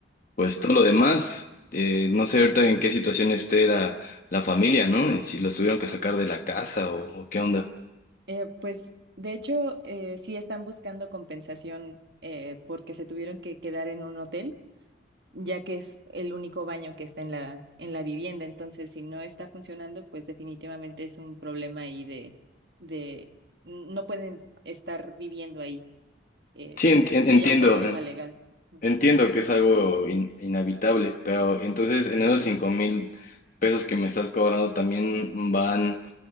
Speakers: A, on the left; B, on the right.
A: pues
B: ujú.
A: todo lo demás, eh, no sé ahorita en qué situación esté la, la familia, ¿no? Si los tuvieron que sacar de la casa o, o qué onda.
B: Eh, pues de hecho, eh, sí están buscando compensación eh, porque se tuvieron que quedar en un hotel ya que es el único baño que está en la, en la vivienda. Entonces, si no está funcionando, pues definitivamente es un problema ahí de, de no pueden estar viviendo ahí. eh,
A: Sí, enti-
B: y sería
A: entiendo.
B: ya un problema legal. Ujú.
A: Entiendo que es algo in- inhabitable, pero entonces en esos cinco mil pesos que me estás cobrando también van